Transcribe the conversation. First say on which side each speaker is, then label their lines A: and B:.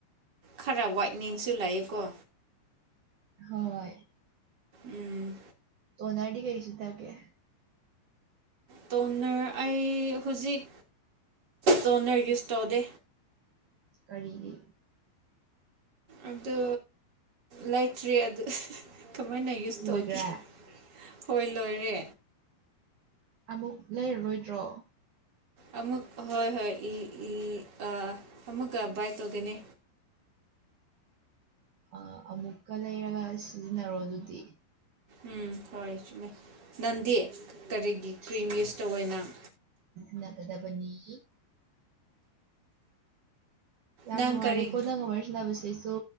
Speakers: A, on the right; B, on the right.
A: ꯈꯔ ꯋꯥꯏꯠꯅꯤꯡꯁꯨ ꯂꯩꯑꯦꯀꯣ
B: ꯍꯣꯏ
A: ꯎꯝ
B: ꯇꯣꯅꯔꯗꯤ ꯀꯩ ꯁꯤꯅꯒꯦ
A: ꯇꯣꯅꯔ ꯑꯩ ꯍꯧꯖꯤꯛ ꯇꯣꯅꯔ ꯌꯨꯁ ꯇꯧꯗꯦ
B: ꯀꯔꯤꯒꯤ
A: ꯑꯗꯨ ꯂꯩꯇ꯭ꯔꯤ ꯑꯗꯨ ꯀꯃꯥꯏꯅ ꯌꯨꯁ
B: ꯂꯣꯏꯒ꯭ꯔꯦ
A: ꯇꯧꯒꯦ ꯍꯣꯏ ꯂꯣꯏꯔꯦ
B: ꯑꯃꯨꯛ ꯂꯩꯔꯔꯣꯏꯗ꯭ꯔꯣ
A: ꯑꯃꯛ ꯍꯣꯏ ꯍꯣꯏ ꯂꯤ ꯂꯤ ꯑ ꯑꯃꯨꯛꯀ ꯕꯥꯏ ꯇꯧꯗꯣꯏꯅꯦ
B: ꯑ ꯑꯃꯨꯛꯀ ꯂꯩꯔꯒ ꯁꯤꯖꯤꯟꯅꯔꯣ ꯑꯗꯨꯗꯤ
A: ꯎꯝ ꯍꯣꯏ ꯆꯨꯝꯃꯦ ꯅꯪꯗꯤ ꯀꯔꯤꯒꯤ ꯀ꯭ꯔꯤꯝ ꯌꯨꯁ ꯇꯧꯋꯦ ꯅꯪ
B: ꯈꯟꯅꯒꯗꯕꯅꯤ ꯌꯥꯝ
A: ꯅꯪ
B: ꯅꯨꯡꯉꯥꯏꯔꯦꯀꯣ
A: ꯀꯔꯤ
B: ꯅꯪꯒ ꯋꯥꯔꯤ ꯁꯥꯟꯕꯁꯤꯁꯨ